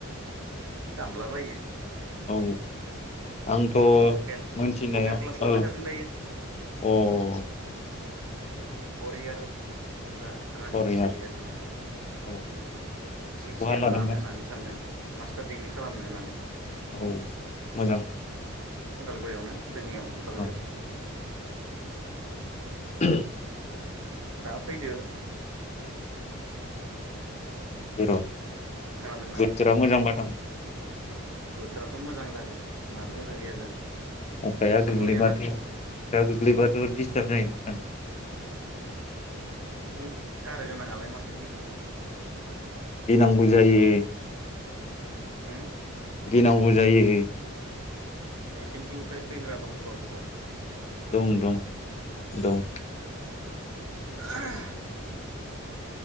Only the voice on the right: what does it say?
दामलाबायो
भकेल
भकेल क्लास लाबाय थादों दायो
परियार दा रानिं
सोलिगासिनो
उम सिक्स
इयार
लानो होननानै सानदों मास्टार डिग्रि खालामनो होननानै
उदालगुरियावनो जोंनियाव उदालगुरियाव
दा फैदो
खोनादोंना
बोथोराथ' मोजां जागोन मानो मोजां जाया जानो
अखाथ'
गैयाना
नों कार गोनांआलाय माखो गिदोंबा
होम
नोंसोरनिथिंनिफ्राय फैग्रा दंथ' बहुत
<unintelligible>